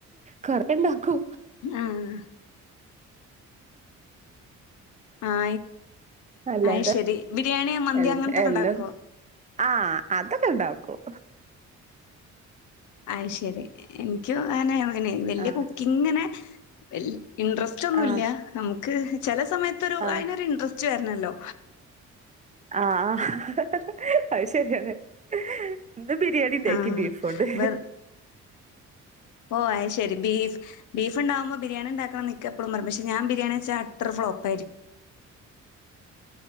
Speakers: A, on the right (about 25°); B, on the left (about 75°).
A: കൊറെ ഉണ്ടാക്കൂ
B: ആഹ ആ
A: അല്ലാതെ
B: ആ ശരി ബിരിയാണിയോ മന്തിോ
A: എൽ
B: അങ്ങനത്തൊക്കെ
A: എല്ലം
B: ഉണ്ടാക്കോ
A: ആഹ് അതൊക്കെ ഇണ്ടാക്കും
B: അ ശരി എനക്ക് അന അങ്ങനെ വലിയ
A: ആഹ്
B: കുക്കിംഗങ്ങനെ ഇല്ല ഇൻട്രസ്റ്റ് ഒന്നുമല്ല
A: ആഹ്
B: നമുക്ക് ചല സമയത്ത് ഒരു
A: ആഹ്
B: അയി നൊരു ഇൻട്രസ്റ്റ് വരണല്ലോ
A: ആഹ അഹ് ശരിയാണ് ഇന്ന് ബിരിയാണി ഉണ്ടാക്കി
B: ആഹ്
A: ബീഫുണ്ട്
B: വെർ ഓ ശരി ബീഫ് ബീഫുണ്ടാബോ ബിരിണിണ്ടണം നിക്കപ്പോ പ ഞാൻ ബിരിയാണി വെച്ച എത്ര ഫ്ലോപ്പ ആയിരിക്കും